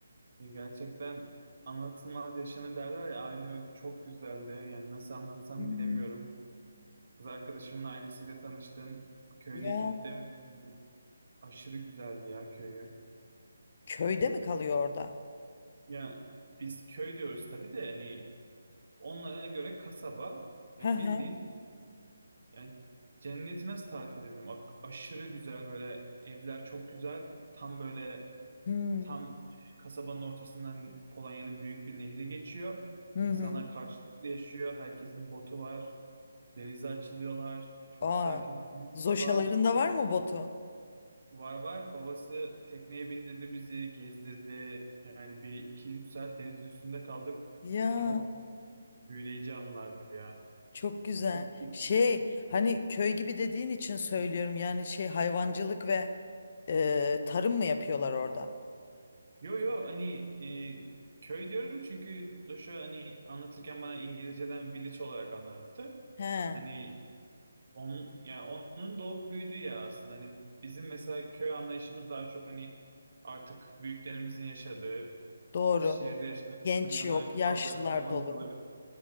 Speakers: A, on the right (about 55°); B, on the left (about 40°).
A: e, gerçekten anlatılmaz yaşanı derler ya aynı öyle çok güzeldi. Yani nasıl anlatsam
B: Hı hı.
A: bilemiyorum. Kız arkadaşımın ailesiyle tanıştım. Köyüne
B: Ya
A: gittim. Aşırı güzeldi ya köyü.
B: köyde mi kalıyor orada?
A: Ya biz köy diyoruz tabii de hani onlara göre kasaba yani
B: Hı hı.
A: bildiğin yani cenneti nasıl tarif edebilirim? Ak- aşırı güzel böyle evler çok güzel. Tam böyle
B: Hmm,
A: tam e, kasabanın ortasından Polonya'nın büyük bir nehri geçiyor.
B: Hı
A: İnsanlar
B: hı.
A: karşılıklı yaşıyor. Herkesin botu var. Denize açılıyorlar. Çok
B: Aa,
A: sakin, temiz
B: zoşaların
A: hava.
B: da var mı botu?
A: Var var. Babası tekneye bindirdi bizi, gezdirdi. Yani bir iki üç saat deniz üstünde kaldık.
B: Ya.
A: Çok büyüleyici anlardı ya.
B: Çok güzel.
A: Çok keyifliydi.
B: Şey hani köy gibi dediğin için söylüyorum yani şey hayvancılık ve e, tarım mı yapıyorlar orada?
A: Yo yo hani e, köy diyorum çünkü Joshua hani anlatırken bana İngilizceden village olarak anlattı.
B: He,
A: Hani onun yani onun doğup büyüdüğü yer aslında. Hani bizim mesela köy anlayışımız daha çok hani artık büyüklerimizin yaşadığı,
B: doğru.
A: şehirde yaşayan
B: Genç
A: insanların yanların
B: yok, yaşlılar
A: kaldığı hayvancılık
B: dolu.